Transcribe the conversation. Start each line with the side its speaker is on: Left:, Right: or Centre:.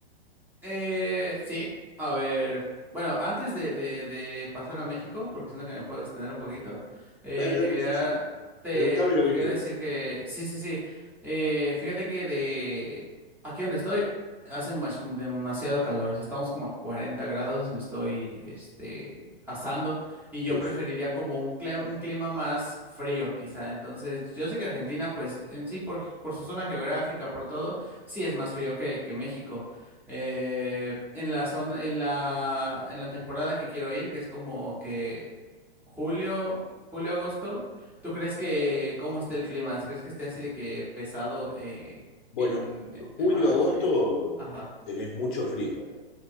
Centre: Eh, sí, a ver. Bueno, antes de, de, de pasar a México, porque siento que me puedo extender un poquito, eh,
Left: Dale, dale,
Centre: te quería,
Left: sí, sí.
Centre: te,
Left: Preguntame lo
Centre: te
Left: que
Centre: quería
Left: quieras.
Centre: decir que, sí, sí, sí. Eh, fíjate que de aquí donde estoy hace mas- demasiado calor. o sea, Estamos como a 40 grados, me estoy, este, asando y yo
Left: Sí,
Centre: preferiría
Left: sí.
Centre: como un clima, un clima más frío, quizá. Entonces, yo sé que Argentina, pues en sí, por, por su zona geográfica, por todo, sí es más frío que, que México. Eh, en la zona, en la, en la temporada que quiero ir, que es como que julio, julio, agosto, ¿tú crees que cómo esté el clima? ¿Crees que esté así de que pesado eh,
Left: Bueno,
Centre: en el
Left: julio,
Centre: tema de
Left: agosto
Centre: frío? Ajá.
Left: tenés mucho frío acá,